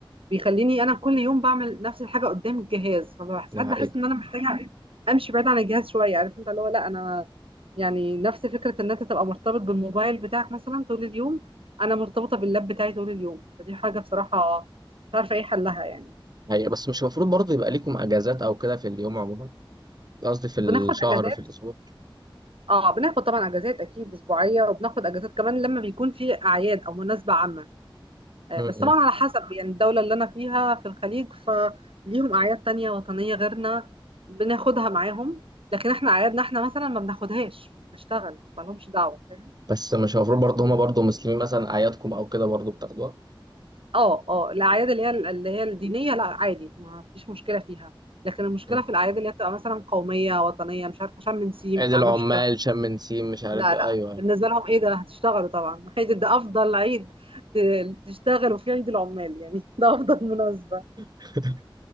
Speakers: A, on the right; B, on the right.
A: بيخليني انا كل يوم بعمل نفس الحاجه قدام الجهاز فبحس
B: ده
A: ساعات
B: حقيقة
A: بحس ان انا محتاجه <laughs> امشي بعيد عن الجهاز شويه عارف انت اللي هو لا انا يعني نفس فكره ان انت تبقى مرتبط بالموبايل بتاعك مثلا طول اليوم انا مرتبطه باللاب بتاعي طول اليوم فدي حاجه بصراحه مش عارفه ايه حلها يعني
B: حقيقة بس مش المفروض برضه يبقى ليكم أجازات أو كده في اليوم عموما قصدي في الشهر
A: بناخد اجازات
B: في الأسبوع
A: اه بناخد طبعا اجازات اكيد اسبوعيه وبناخد اجازات كمان لما بيكون في اعياد او مناسبه عامه آه،
B: م-م.
A: بس طبعا على حسب يعني الدولة اللي أنا فيها في الخليج فليهم أعياد تانية وطنية غيرنا بناخدها معاهم لكن احنا أعيادنا احنا مثلا ما بناخدهاش بنشتغل مالهمش دعوة فاهم
B: بس مش المفروض برضه هما برضه مسلمين مثلا أعيادكم أو كده برضه بتاخدوها
A: اه اه الأعياد اللي هي اللي هي الدينية لا عادي ما فيش مشكلة فيها لكن المشكلة
B: م.
A: في الأعياد اللي هي بتبقى مثلا قومية وطنية مش عارفة شم نسيم
B: عيد
A: يعني
B: العمال
A: عندهمش الكلام ده.
B: شم نسيم مش عارف
A: لا
B: إيه
A: لا
B: أيوه أيوه.
A: بالنسبة لهم ايه ده هتشتغلوا طبعا عيد ده أفضل عيد ت- تشتغلوا في عيد العمال يعني <laughs> ده أفضل مناسبة
B: <laughs> <laughs>